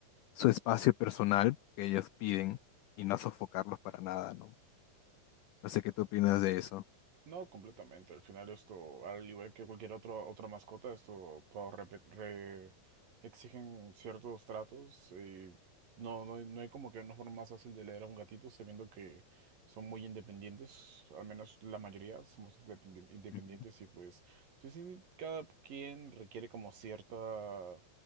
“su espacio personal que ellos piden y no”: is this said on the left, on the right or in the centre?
Left